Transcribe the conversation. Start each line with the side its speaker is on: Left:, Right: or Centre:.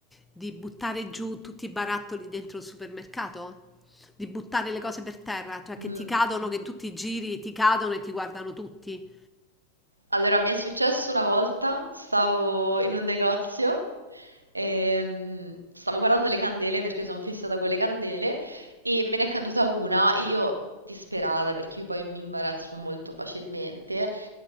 Centre: di buttare giù tutti i barattoli dentro il supermercato? Di buttare le cose per terra, cioè
Right: mm,
Centre: che ti cadono, che tutti i giri ti cadono e ti guardano tutti.
Right: Allora, mi è successo una volta, stavo in un negozio e mm, stavo guardando le candele perché io sono fissata con le candele e me ne è caduta una e io disperata perché io poi mi imbarazzo molto facilmente